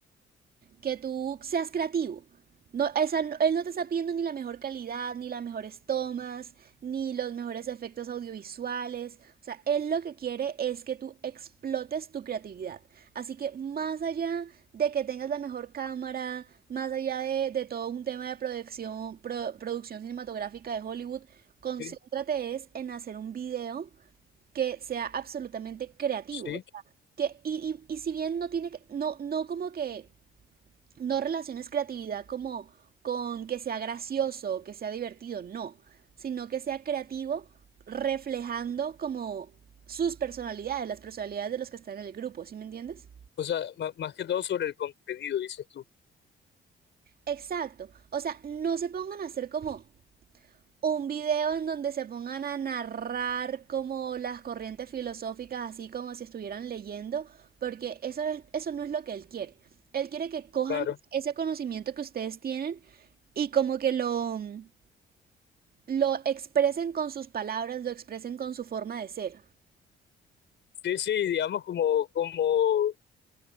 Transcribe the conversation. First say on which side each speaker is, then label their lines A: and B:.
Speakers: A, on the right (about 50°); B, on the left (about 65°).
A: que tú seas creativo. No, esa, no, él no te está pidiendo ni la mejor calidad, ni las mejores tomas, ni los mejores efectos audiovisuales. O sea, él lo que quiere es que tú explotes tu creatividad. Así que más allá de que tengas la mejor cámara, más allá de, de todo un tema de producción, pro- producción cinematográfica de Hollywood, concéntrate
B: sí.
A: es en hacer un video que sea absolutamente creativo.
B: sí.
A: Que, y, y- y si bien no tiene que, no, no como que no relaciones creatividad como con que sea gracioso, que sea divertido, no, sino que sea creativo reflejando como sus personalidades, las personalidades de los que están en el grupo, ¿sí me entiendes?
B: O sea, ma- más que todo sobre el contenido, dices tú.
A: Exacto, o sea, no se pongan a hacer como un video en donde se pongan a narrar como las corrientes filosóficas, así como si estuvieran leyendo, porque eso, es- eso no es lo que él quiere. Él quiere que cojan
B: Claro.
A: ese conocimiento que ustedes tienen y como que lo, mm, lo expresen con sus palabras, lo expresen con su forma de ser.
B: Sí, sí, digamos como, como